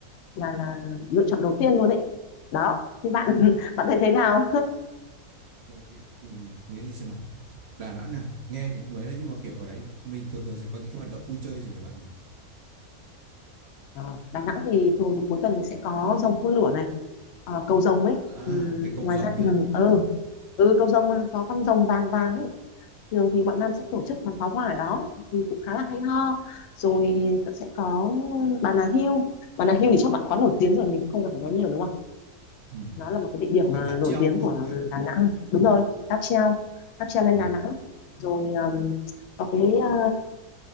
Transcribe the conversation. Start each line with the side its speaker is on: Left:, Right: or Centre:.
Left: là là lựa chọn đầu tiên luôn đấy đó thì bạn
Right: Ờ, ờ,
Left: <laughs>
Right: ừ,
Left: bạn thấy thế nào
Right: Ờ, thì, ừm, thế thì xem nào. Đà Nẵng à? Nghe thì cũng ấy đấy nhưng mà kiểu ở đấy mình thường thường sẽ có những cái hoạt động vui chơi gì hả bạn nhỉ?
Left: Ờ, Đà Nẵng thì thường thì cuối tuần thì sẽ có rồng phun lửa này ờ, cầu rồng ấy
Right: À,
Left: ừ,
Right: cái cầu
Left: ngoài
Right: rồng
Left: ra
Right: ấy
Left: thì
Right: à?
Left: mình
Right: à
Left: ừ,
Right: rồi.
Left: ừ cầu rồng mà có con rồng vàng vàng
Right: ừ.
Left: ấy thường thì bọn Nam sẽ tổ chức bắn pháo hoa ở đó thì cũng khá là hay ho rồi cũng sẽ có Bà Nà Hills Bà Nà Hills thì chắc bạn có nổi tiếng rồi mình cũng không cần phải nói nhiều đúng không
Right: ừ.
Left: nó là một cái địa điểm
Right: có
Left: mà
Right: cái cáp
Left: nổi
Right: treo
Left: tiếng
Right: đúng
Left: của
Right: không cái
Left: Đà Nẵng đúng rồi cáp treo cáp treo
Right: ờ.
Left: lên Đà Nẵng rồi um, có cái ờ,